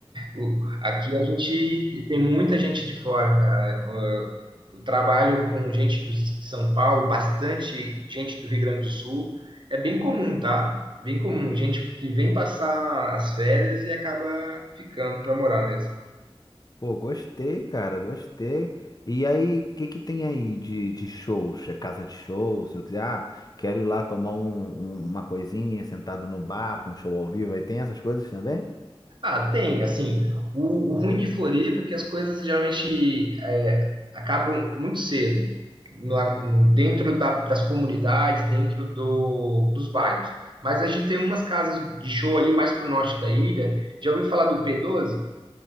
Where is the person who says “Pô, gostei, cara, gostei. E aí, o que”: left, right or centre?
Left